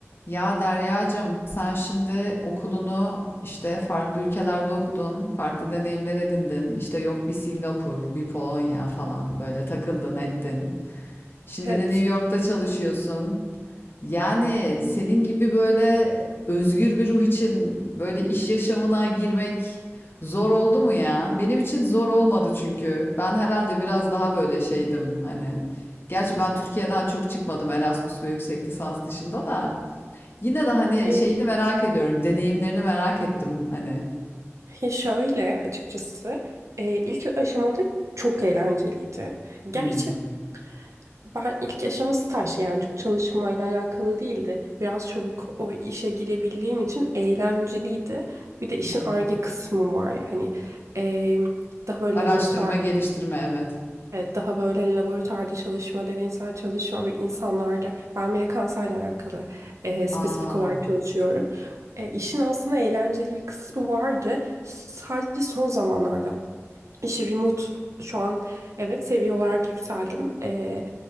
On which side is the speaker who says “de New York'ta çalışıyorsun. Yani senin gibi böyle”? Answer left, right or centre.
Left